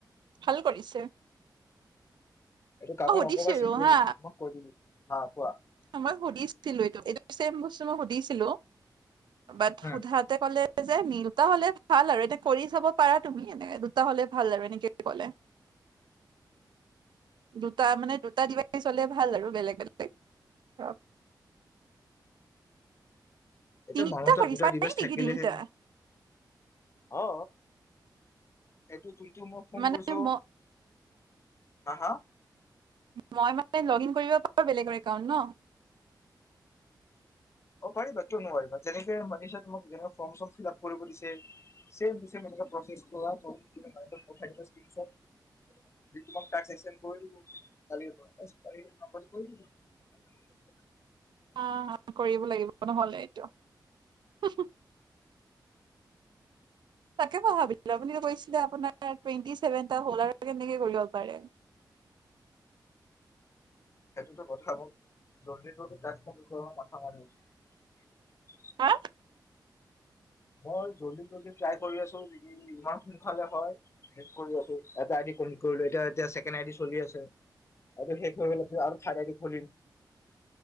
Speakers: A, on the right (about 75°); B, on the left (about 35°).
A: ভাল কৰিছে।
B: এইটো কাকো
A: মই সুধিছিলো
B: নকবা চিক্ৰেট
A: হা
B: এইটো তোমাক কৈ দিলো হা কোৱা
A: মই সুধিছিলো এইটো এইটো ছেম বস্তু মই সুধিছো। ছিলো বাত
B: হম
A: সোধাতে ক'লে যে নিল। দুটা হলে ভাল আৰু এনে কৰি চাব পাৰা তুমি এনে দুটা হলে ভাল আৰু এনেকে ক'লে। দুটা মানে দুটা দিবা চলে ভাল আৰু বেলেগ বেলেগ অহ। তিনিটা
B: এটো মাহটোত
A: পাৰিছা
B: দুটা দিৱছ
A: নাই নেকি
B: থাকিলেহে।
A: তিনিটা
B: অ এটো যোন কিও মোক ফোন
A: মানে
B: কইছ।
A: ম
B: হাঃ হাঃ
A: মই মানে লগ ইন কৰিব পাৰো বেলেগৰ একাউণ্ট ন।
B: অ পাৰিবা কিয় নোৱাৰিবা। যেনেকে মানিছা তোমাক যে ফৰ্ম চৰ্ম ফিলাপ কৰিব দিছে ছেম টু ছেম এনেকে প্ৰচেছ কৰা। মবাইলত পাৰিলে পঠিয়াই দিবা স্কীনচৰ্ট। তোমাক টাস্ক একচেন্স কৰি দিব কালিৰে পৰা। কালি এইটো নাম্বাৰত কৰি দিবা।
A: অহ কৰিব লাগিব ন'হলে এইটো। হু হু। তাকে মই ভাবিলো আপুনিতো কৈছিলে আপোনাৰ টুৱেণ্টি ছেভেনটা হল আৰু কেনেকে কৰিব পাৰে।
B: সেইটোতো কথা মোক জল্দি জল্দি টাচ কমপ্লিট কৰা মাথা মাৰি আছো।
A: হা।
B: মই জল্দি জল্দি ট্ৰাই কৰি আছো। যদি ইমান সোনকালে হয় শেষ কৰি আছো। এটা আইডি কমপ্লিট কৰিলো এতিয়া এতিয়া ছেকেন আইডি চলি আছে আৰু শেষ হৈ গ'লে আৰু থাৰ্ড আইডি খুলিম।